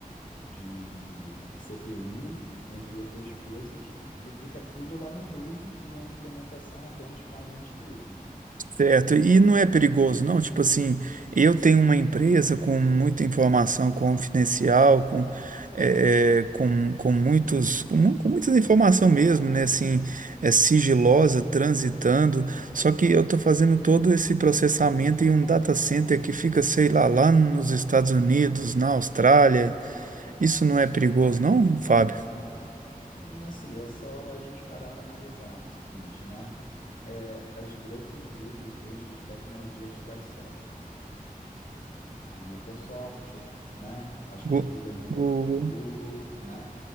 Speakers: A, on the left; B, on the right.
A: de CPU, entre outras coisas, que fica tudo lá na nuvem e a implementação é apenas com alguns cliques.
B: Certo, e não é perigoso, não? Tipo assim, eu tenho uma empresa com muita informação confidencial, com, eh, eh, com, com muitos, com, mu- com muita informação mesmo, né? Assim, é sigilosa, transitando, só que eu estou fazendo todo esse processamento em um data center que fica, sei lá, lá nos Estados Unidos, na Austrália. Isso não é perigoso, não, Fábio?
A: Hum, Assim, é só a gente parar para analisar o seguinte, né? É, as grandes empresas hoje de tecnologias quais são? a Microsoft, né? Eu Acho
B: Gu-
A: que o Google é Microf-
B: Google.
A: o Google, né?